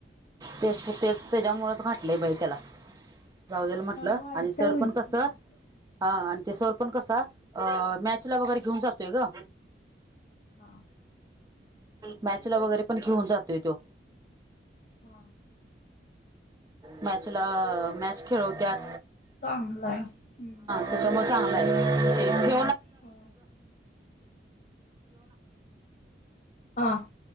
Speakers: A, on the right; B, on the left.
A: तेच तेच तेज्यामूळचं घाटलंय बाई तेला. राऊजल म्हटलं
B: वाढत्या
A: आणि सर
B: उंची
A: पण कसं
B: वाढत्या
A: हा आणि ते सर पण कसा अ मॅच ला वगैरे घेऊन जातोय ग.
B: हा
A: मॅचला वगैरे पण घेऊन जातोय त्यो.
B: हा.
A: मॅचला. मॅच खेळवत्यात
B: चांगलंय हम्म.
A: त्याच्या म चांगला आहे. <inaudible>
B: हो आ.